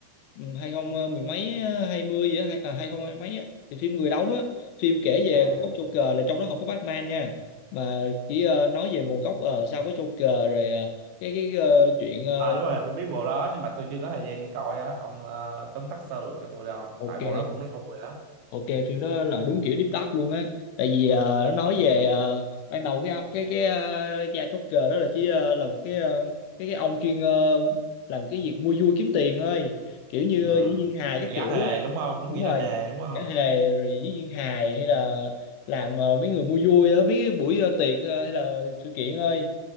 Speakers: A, on the left; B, on the right.
A: ừ, hai không ờ, mười mấy ờ, hai mươi á hai à, hai không hai mấy á thì phim người đóng á phim kể về
B: à
A: nguồn gốc Joker là trong đó không có Batman nha mà chỉ ờ, nói về nguồn gốc ờ, sao có Joker rồi ờ, cái cái ờ, chuyện ờ,
B: à đúng rồi tôi biết bộ đó nhưng mà tôi chưa có thời gian đi coi á ông ờ, tóm tắt sơ lược cho tôi được không
A: ok
B: tại bộ đó cũng lâu rồi á
A: Ok phim đó là đúng kiểu deep dark luôn á tại vì ờ, nó nói về ờ, ban đầu cái cái cái uh, cha Joker đó là chỉ ờ, là một cái ờ, cái cái ông chuyên ờ, làm cái việc mua vui kiếm tiền thôi kiểu như
B: ừ.
A: ờ, diễn viên hài các kiểu
B: gã hề
A: á.
B: đúng không đúng
A: đúng
B: nghĩa
A: rồi
B: là hề đúng không
A: cả hề rồi diễn viên hài hay là làm ờ, mấy người mua vui á mấy cái buổi ờ, tiệc ờ, hay là sự kiện thôi